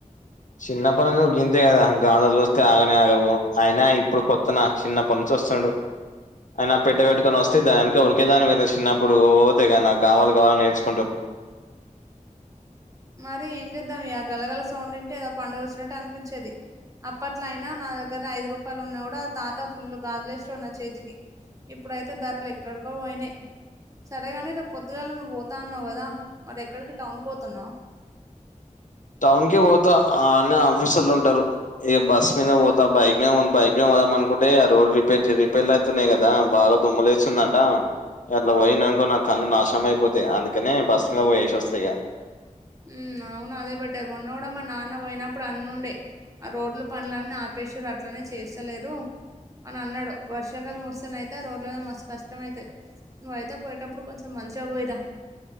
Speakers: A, on the left; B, on the right.
A: చిన్నప్పటి నుంచి నువ్వు గింతే కదా గాజులు చూస్తే ఆగనే ఆగవు అయినా ఇప్పుడు కొ త్తన చిన్నప్పటి నుంచి వస్తుండు అయన పెట్టబట్టుకొని వస్తే దాని వెనుక ఉరికేదానివి కద చిన్నప్పుడు తెగ నాకావాలి కావాలి ఏడ్చుకుంటూ
B: మరి ఏం చేద్దాం ఇగ గలగల సౌండ్ ఇంటే ఏదో పండుగ వచ్చినట్టు అనిపించేది అప్పట్లో అయినా నా దగ్గర ఐదు రూపాయలు ఉన్నా కూడా తాత ఫుల్ గాజులేషేటోడు నా చేతికి ఇప్పుడయితే ధరలు ఎక్కడికో పోయినయి సరేగాని రేపు పొద్దుగాల నువ్వు పోతా అన్నావు కదా మరి ఎక్కడికి టౌన్కి పోతున్నావ్
A: టౌన్ కి పోతా అన్నే ఆఫీసర్లు ఉంటరు ఇగ బస్ మీద పోతా బైక్ బైక్ మీద పోదాం అనుకుంటే ఆ రోడ్ రిపేర్ రిపేర్లు అయితున్నయి కదా బాగా దుమ్ములేస్తుందంట అట్లా పోయినానుకో నా కన్ను నాష్ణం అయిపోతాయి అందుకని బస్సు మీద పోయేసి వస్తా ఇగ
B: ఉమ్ అవును అదే బెట్టర్ మొన్న గుడ మా నాన్న పోయినప్పుడు అన్నుండే ఆ రోడ్ల పనులన్నీ ఆపేశిరు అట్లనే చేస్తలేరు అనన్నడు వర్షాకాలం వస్తేనయితే రోడ్ల మీద మస్తు కష్టం అయితది నువ్వయితే పోయేటప్పుడు కొంచెం మంచిగా పోయిరా